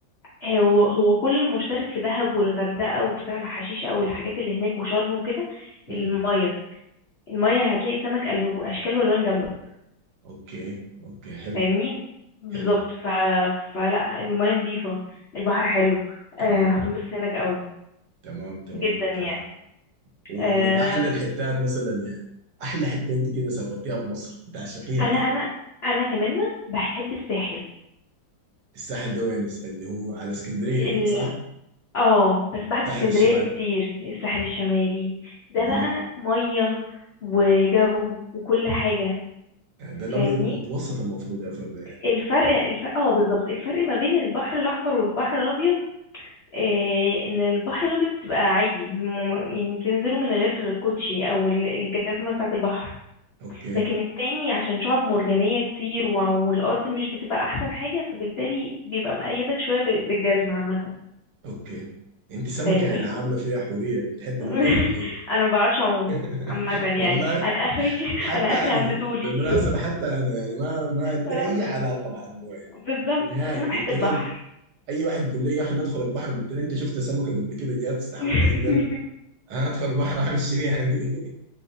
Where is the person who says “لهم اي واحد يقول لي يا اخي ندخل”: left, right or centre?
Right